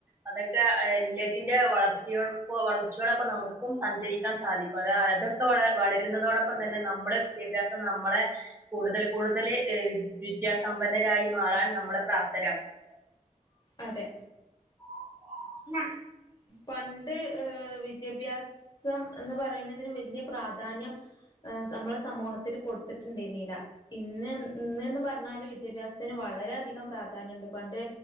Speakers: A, on the right (about 15°); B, on the left (about 30°).
A: അതൊക്കെ എല്യത്തിറെ വളർച്ചയോക്ക വളർച്ചയോടൊപ്പം നമുക്കും സഞ്ചരിക്കാൻ സാധിക്കും അത് അതൊക്കെ വള വളരുന്നതോടൊപ്പം തന്നെ നമ്മളെ വിദ്യാഭ്യാസം നമ്മളെ കൂടുതൽ കൂടുതൽ വിദ് വിദ്യാസമ്പന്നരായി മാറാൻ നമ്മളെ പ്രാപ്തരാക്കും
B: അതെ
A: <unintelligible>
B: പണ്ട് വിദ്യാഭ്യാസം എന്ന് പറയുന്നതിന് വലിയ പ്രാധാന്യം നമ്മള് സമൂഹത്തിൽ കൊടുത്തിട്ടുണ്ടാരുന്നില്ല. ഇന്ന് ഇന്ന്ന്ന് പറഞ്ഞാല് വിദ്യാഭ്യാസത്തിന് വളരെ അധികം പ്രാധാന്യമുണ്ട് പണ്ട്